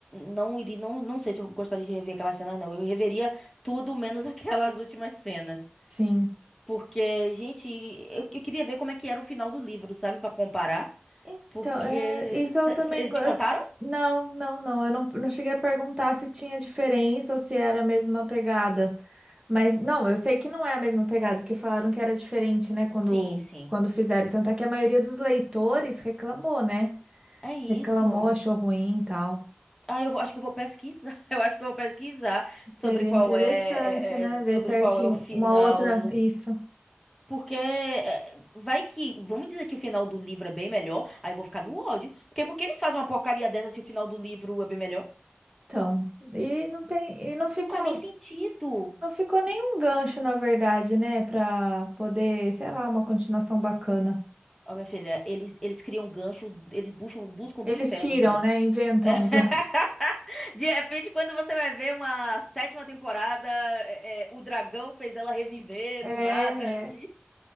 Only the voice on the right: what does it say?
Sim.
Então,
é, isso
eu também
go-
eu-
não, não, não, eu não, não cheguei a perguntar se tinha diferença ou se era a mesma pegada. Mas não, eu sei que não é a mesma pegada, porque falaram que era diferente, né, quando,
quando fizeram. Tanto é que a maioria dos leitores reclamou, né?
Reclamou, achou ruim e tal.
Seria
interessante,
né,
ver certinho
uma outra isso.
Então, e não tem, e não ficou,
não ficou nenhum gancho, na verdade, né, para poder, sei lá, uma continuação bacana.
Eles
tiram,
né, inventam
um gancho.
É,
é.